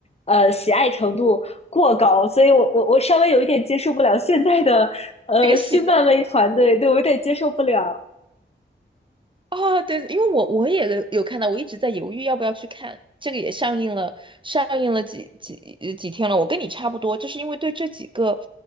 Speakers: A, on the left (about 30°); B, on the right (about 25°).
A: 呃，喜爱程度过高，所以我我我稍微有一点接受不了现在的呃新漫威团队，
B: 这个新的。
A: 对我有点接受不了。
B: 哦，对，因为我我也有有看到，我一直在犹豫要不要去看。这个也上映了，上映了几几呃几天了。我跟你差不多，就是因为对这几个